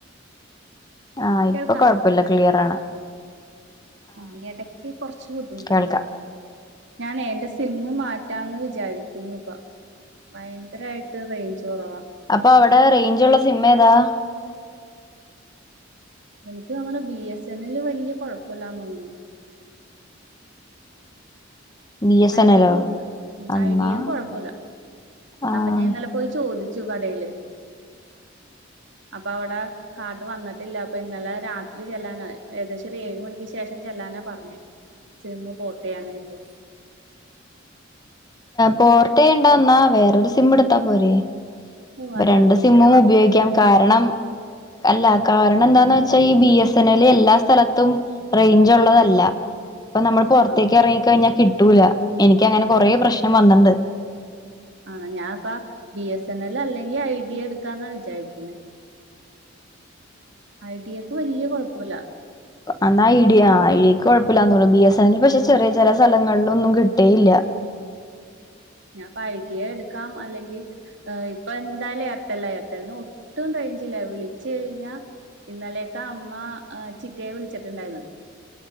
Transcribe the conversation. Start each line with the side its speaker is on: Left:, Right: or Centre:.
Left: ആ ഇപ്പൊ
Right: കേൾക്കാമോ
Left: കൊഴപ്പല്ല ക്ലിയറാണ്
Right: ആ ഹ് എടക്ക് കൊർച്ച് ബുദ്ധിമുട്ടുണ്ട്
Left: കേൾക്കാം
Right: വടെ ഞാനെ എന്റെ സിമ്മ് മാറ്റാന്ന് വിജാരിക്കുന്നു ഇപ്പ ഭയങ്കരായിട്ട് റൈഞ്ച് കൊറവാ
Left: അപ്പൊ അവടെ റൈഞ്ച് ഉള്ള സിമ്മ് ഏതാ
Right: എനിക്ക് തോന്നുണ് ബി എസ് എൻ എൽ വല്ല്യ കൊഴപ്പല്ലാന്ന് തോന്നുന്നു
Left: ബി എസ് എൻ
Right: ഐഡിയം
Left: എല്ലോ
Right: കൊഴപ്പല്ല
Left: എന്നാ
Right: ഐഡിയം കൊഴ പ്പല്ല
Left: ആഹ്
Right: അപ്പ ഞാൻ ഇന്നലെ പോയി ചോദിച്ചു കടെല്
Left: <inaudible>
Right: അപ്പ അവടെ കാർട് വന്നിട്ടില്ല അപ്പൊ ഇന്നലെ രാത്രി ചെല്ലാനാ ഏകദേശം ഒരു ഏഴ് മണിക്ക് ശേഷം ചെല്ലാനാ പർഞ്ഞേ സിമ്മ് പോർട്ട് ചെയ്യാനായിട്ട്
Left: പോർട്ട് ചെയ്യണ്ട ന്നാ വേറൊരു സിമ്മ് ഇട്ത്താ പോരെ
Right: ഓ
Left: ഇപ്പ
Right: അത്
Left: രണ്ട്
Right: അധിക
Left: സിമ്മും
Right: ചെലവാ
Left: ഉപയോഗിക്കാം കാരണം അല്ല കാരണം എന്താന്ന് വെ ച്ച ഈ ബി എസ് എൻ എൽ എല്ലാ സ്ഥലത്തും റൈഞ്ച് ഉള്ളതല്ല അപ്പ നമ്മള് പൊർത്തേക്ക്
Right: ആഹ്
Left: എറങ്ങി കഴിഞ്ഞാ കിട്ടൂല എനിക്ക് അങ്ങനെ കൊറെ പ്രശ്നം വന്ന്ണ്ട്
Right: ആണ് ഞാപ്പ ബി എസ് എൻ എൽ അല്ലെങ്കി ഐ ഡി എ എടുക്കാന്ന വിചാരിക്കുന്നെ ഐ ടി എക്ക് വല്ല്യ കൊഴപ്പല്ല
Left: അന്നാ ഐഡിയ ഐഡിയക്ക് കൊഴപ്പില്ലാന്ന് തോന്നുണു ബി എസ് എൻ എൽ പക്ഷെ
Right: ഉം
Left: ചെറിയ ചെറി സ്ഥലങ്ങളിലൊന്നും കിട്ടേയില്ല
Right: ഞാപ്പൊ ഐഡിയ എടുക്കാം അല്ലെങ്കി ഹ് ഇപ്പൊന്തായാലും എയർടെല്ലാ എയർടെല്ലിനു ഒട്ടും റൈഞ്ചില്ല വിളിച്ചു കഴിഞ്ഞാ ഇന്നലെയൊക്കെ അമ്മ ഹ് ചിറ്റയെ വിളിച്ചിട്ടുണ്ടായിരുന്നു